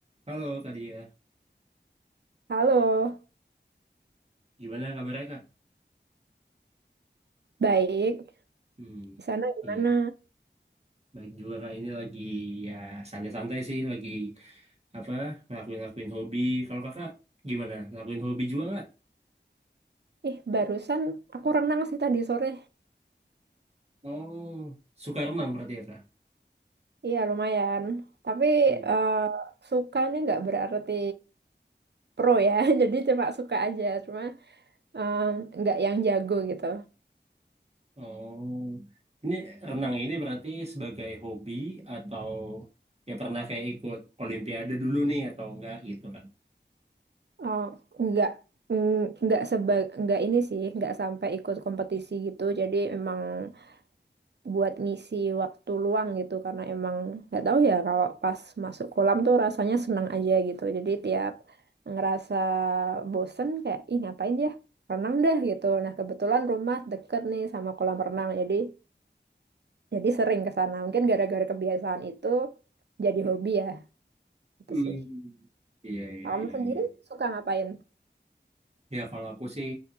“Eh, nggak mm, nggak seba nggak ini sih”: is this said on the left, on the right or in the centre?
Right